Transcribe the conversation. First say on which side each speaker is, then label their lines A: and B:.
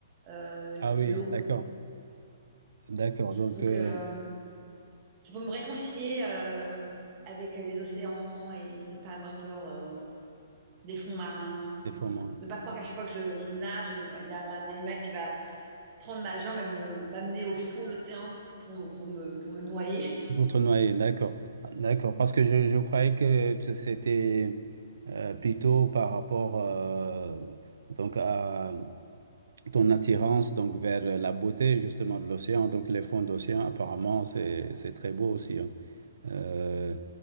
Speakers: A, on the right; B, on the right.
A: euh,
B: Ah oui,
A: l'eau.
B: d'accord, d'accord. Donc
A: Donc,
B: euh,
A: euh, c'est pour me réconcilier euh, avec les océans et ne pas avoir peur euh, des fonds marins.
B: des fois,
A: Ne
B: moi,
A: pas croire qu'à chaque fois que je, je nage, je- il y a un animal qui va prendre ma jambe et me- m'amener au fond de l'océan pour, pour me, pour me noyer. <laughs>
B: d'autres noyer, d'accord. D'accord, parce que je, je croyais que tu- c'était euh, plutôt par rapport euh, donc à ton attirance donc vers la beauté justement de l'océan. Donc les fonds d'océan, apparemment, c'est c'est très beau aussi. hein. Euh,